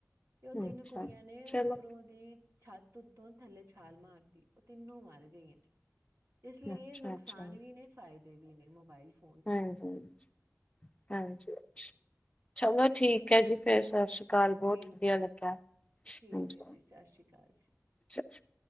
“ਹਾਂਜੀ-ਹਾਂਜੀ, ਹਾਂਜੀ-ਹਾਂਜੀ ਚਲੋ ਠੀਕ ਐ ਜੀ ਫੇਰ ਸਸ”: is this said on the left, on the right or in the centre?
Left